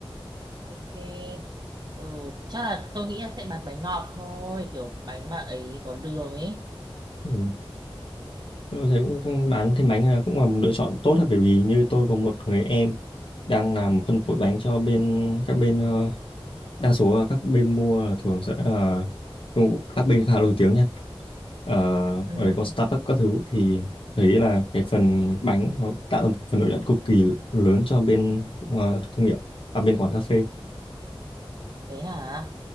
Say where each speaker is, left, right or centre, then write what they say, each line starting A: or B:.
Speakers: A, on the right; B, on the left.
A: ok ừ chắc là tôi nghĩ là sẽ bán bánh ngọt thôi kiểu bánh mà ấy có đường ấy
B: ừ. tôi thấy cũng cũng bán thêm bánh là cũng là một lựa chọn tốt á bởi vì như tôi có một người em đang làm phân phối
A: ừ.
B: bánh cho bên các bên ờ, đa số là các bên mua là thường sẽ là không- các bên khá nổi tiếng nha Ờ,
A: Ừ.
B: ở đấy có Starbucks các thứ thì thấy là cái phần bánh nó tạo ra một phần lợi nhuận cực kỳ lớn cho bên ờ, thương hiệu à bên quán cà phê
A: thế hả